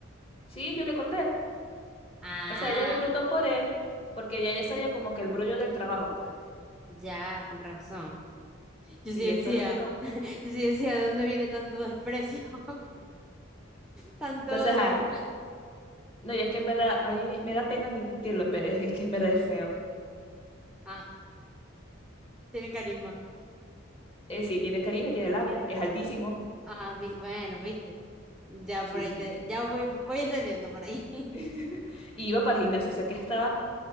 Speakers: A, on the left (about 30°); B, in the centre.
A: Sí, yo le conté.
B: Ah,
A: O sea, ella me preguntó por él, porque ella ya sabía como que el brollo del trabajo, pues.
B: ya, con razón.
A: Sí,
B: Yo sí decía.
A: entonces, como...
B: Yo sí decía, ¿de dónde viene tanto desprecio? <laughs> Tanto
A: entonces,
B: odio.
A: ajá. No, y es que en verdad, a mí me, me da pena admitirlo, pero es, es que en verdad es feo.
B: Ah, tiene carisma.
A: Eh, sí, tiene carisma, tiene labia, es altísimo.
B: Ah, vi- bueno, viste. Ya
A: Sí,
B: por ahí
A: sí.
B: te, ya voy, voy entendiendo por ahí. <laughs>
A: <laughs> Y iba para el gimnasio, o sea que estaba.